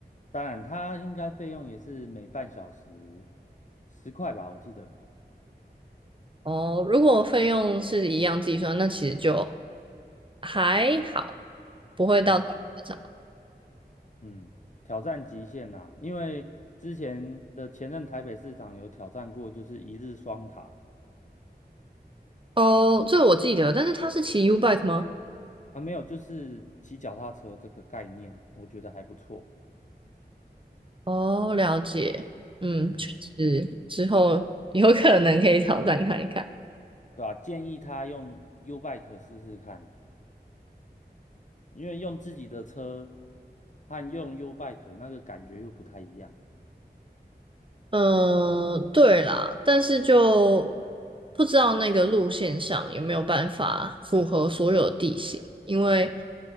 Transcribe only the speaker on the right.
哦。如果费用是一样计算，那其实就还好，不会到太夸张
哦。这我记得，但是他是骑 U bike 吗？
哦，了解，嗯，
确实之后有可能可以挑战看一看。
嗯，对啦，但是就不知道那个路线上有没有办法符合所有地形，因为